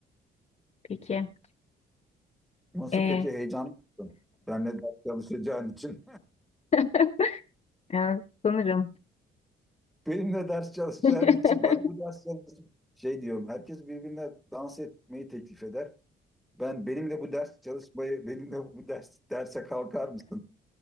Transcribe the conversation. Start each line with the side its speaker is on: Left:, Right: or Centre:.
Left: Peki.
Centre: Nasıl
Left: Ee,
Centre: peki heyecanlı mısın? Benle ders çalışacağın için.
Left: <laughs> yani sanırım.
Centre: <laughs> Benimle ders çalışacağın
Left: <laughs>
Centre: için. Bana bu ders çalışma. Şey diyorum herkes birbirine dans etmeyi teklif eder. Ben benimle bu ders çalışmayı, benimle bu ders derse kalkar mısın?